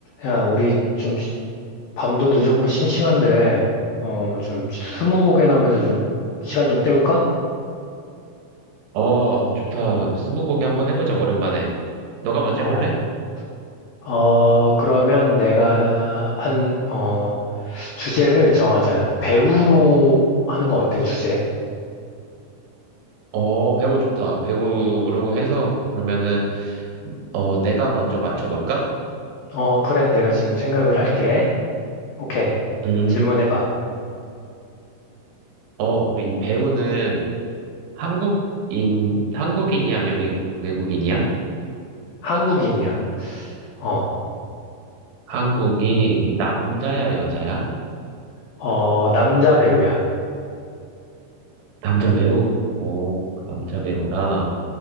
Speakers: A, on the left; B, on the right.
A: 야, 우리 좀 시- 밤도 늦었고 심심한데, 어, 좀 스무고개나 하면서 좀 시간 좀 때울까?
B: 어, 좋다. 스무고개 한번 해보자, 오랜만에. 너가 먼저
A: 어,
B: 해볼래?
A: 어, 그러면 내가 한, 어, 주제를 정하자. 배우로 하는 거 어때, 주제?
B: 어, 배우 좋다. 배우로 해서, 그러면은, 어, 내가 먼저 맞춰볼까?
A: 어, 그래, 내가 지금 생각을 할게. 오케이.
B: 음.
A: 질문해봐.
B: 어, 그리이 배우는 한국인, 한국인이야, 아니면 외, 외국인이야?
A: 한국인이야. 어,
B: 한국이 남자야, 여자야?
A: 어, 남자 배우야.
B: 남자 배우? 오, 남자 배우라.